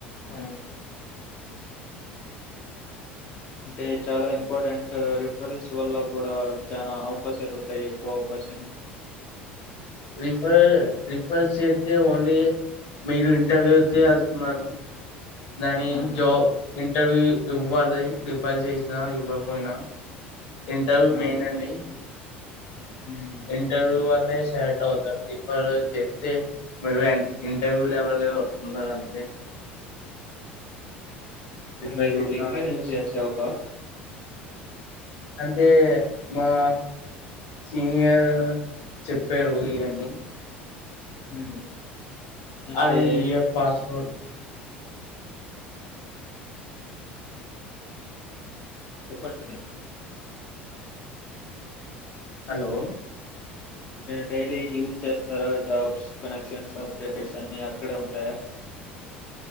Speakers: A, on the left (about 35°); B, on the left (about 55°).
A: ఆ అంటే చాలా ఇంపార్టెంట్ రిఫల్స్ వల్ల కూడా చాలా అవకాశాలుంటాయి ఎక్కువ అవకాశ షన్
B: రిఫర్ రిఫర్ చేతే ఓన్లీ మీరు ఇంటర్వ్యూది వెళ్తున్నారు దాని
A: ఆ
B: జాబ్ ఇంటర్వ్యూ ఇవ్వడయి డిఫజట్ చేసిన ఇవ్వపోయినా ఇంటర్వ్యూ
A: ఆ
B: మెయిన్ అండి
A: హ్మ్
B: ఇంటర్వ్యూ వల్లె సెలెక్ట్ అవుతారు రేఫర్ చేస్తే మీరు ఇంటర్వ్యూలు ఎవర వస్తున్నారు అంతే రిఫర్
A: మీరు
B: చేసిన
A: లింకును యూజ్ చేసావా
B: అంతే మా సీనియర్ చెప్పరు ఇవ్వన్ని
A: హ్మ్ అంటే
B: అవీ ఈ ఇయర్ పాస్ ఫోట్
A: చెప్పండి
B: హలో
A: డైలీ యూజ్ చేస్తారా జాబ్స్ కనెక్షన్స్ అప్డేట్స్ అన్ని అక్కడే ఉంటాయా <inaudible>